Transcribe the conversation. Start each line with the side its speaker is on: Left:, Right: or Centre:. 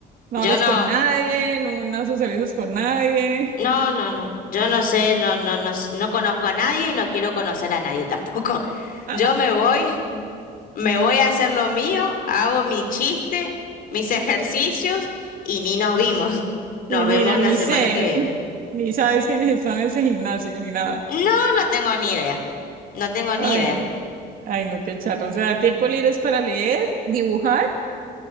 Right: No
Left: Yo
Right: hablas
Left: no.
Right: con nadie, no, no socializas con nadie.
Left: No, no, no. Yo no sé, no, no, no, s- no conozco a nadie y no quiero conocer a nadie tampoco. <laughs>
Right: <laughs>
Left: Yo me voy, me voy a hacer lo mío, hago mi chiste, mis ejercicios y ni nos vimos. <laughs> Nos
Right: Y ni,
Left: vemos
Right: ni
Left: la semana
Right: sé,
Left: que viene.
Right: ni sabes quiénes están en ese gimnasio, ni nada.
Left: No, no tengo ni idea. No tengo
Right: Ay,
Left: ni idea.
Right: ay, no, qué charro. O sea, tiempo libre es para leer, dibujar.